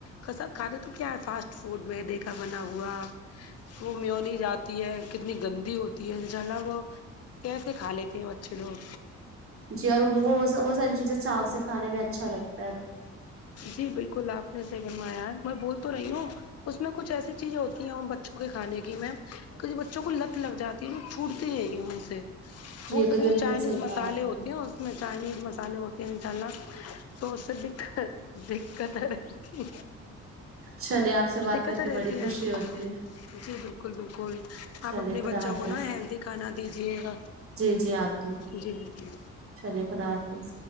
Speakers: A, on the left (about 55°); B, on the right (about 45°).
A: کسا کھانے تو کیا ہے فاسٹ فوڈ میں دیکھا بنا ہوا وہ میونی جاتی ہے کتنی گندی ہوتی ہے انشاء اللہ وہ کیسے کھا لیتے ہیں بچے لوگ
B: جی اور ان کو وہ ساری چیزیں چاؤ سے کھانے میں اچھا لگتا ہے
A: جی بالکل آپ نے سے بنوایا ہے میں بول تو رہی ہوں اس میں کچھ ایسی چیزیں ہوتی ہیں بچوں کے کھانے کی میں تو جو بچوں کو لت لگ جاتی چھوٹتی نہیں ان سے
B: جی
A: بول
B: یہ
A: تو
B: بالکل
A: رہی چائنیز
B: صحیح
A: مصالحے
B: کہا آپ نے
A: ہوتے ہیں اس میں چائنیز مسالحے ہوتے ہیں انشاء اللہ تو دقت دقت ہے رہتی
B: چلیے آپ سے بات
A: دقتیں
B: کر کے
A: رہتی
B: بڑی خوشی
A: ہیں
B: ہوتی
A: جی بالکل بالکل آپ
B: چلیے
A: اپنے
B: خدا
A: بچوں
B: حافظ
A: کو نا ہیلدی کھانا دیجیے گا
B: جی جی آبد
A: جی بالکل
B: شلی خدا حافظ